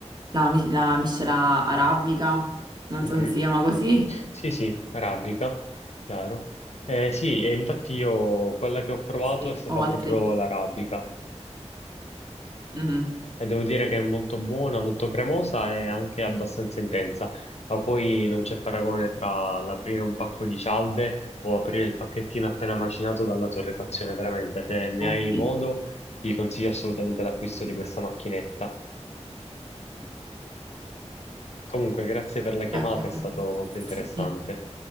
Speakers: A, on the right; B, on the left.
A: la, mis- la miscela arabica, non
B: Mhm.
A: so se si chiama così,
B: Sì, sì, arabica, chiaro. Eh, sì, e infatti io quella che ho provato
A: sì,
B: è stata
A: o altri.
B: proprio l'arabica
A: mm,
B: e devo dire che è molto buona, molto cremosa e anche abbastanza intensa, ma poi non c'è paragone tra l'aprire un pacco di cialde o aprire il pacchettino appena macinato dalla torrefazione, veramente, se ne
A: eh
B: hai
A: sì.
B: modo ti consiglio assolutamente l'acquisto di questa macchinetta. Comunque, grazie per la chiamata,
A: Eh,
B: è stato molto interessante.
A: sì.